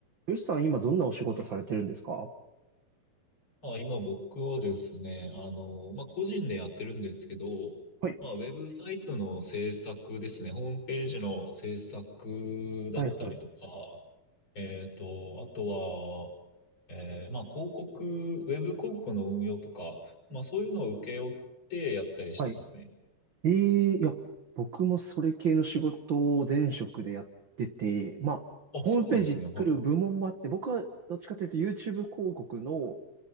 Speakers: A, on the right; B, on the left.
A: よしさん、今どんなお仕事されてるんですか
B: あ、今僕はですね、あの、まあ、個人でやってるんですけど、
A: はい、
B: まあ、ウェブサイトの制作ですね、ホームページの制作だったりとか、
A: はい、はい、
B: えっと、あとは、えーまあ、広告、ウェブ広告の運用とか、まあ、そういうのを請け負ってやったりしてますね。
A: はい。ええいや、僕もそれ系の仕事を前職でやってて、まあ、
B: あ、
A: ホームページ作る部門もあって、
B: そうなんですね。はい。
A: 僕はどっちかというと YouTube 広告の、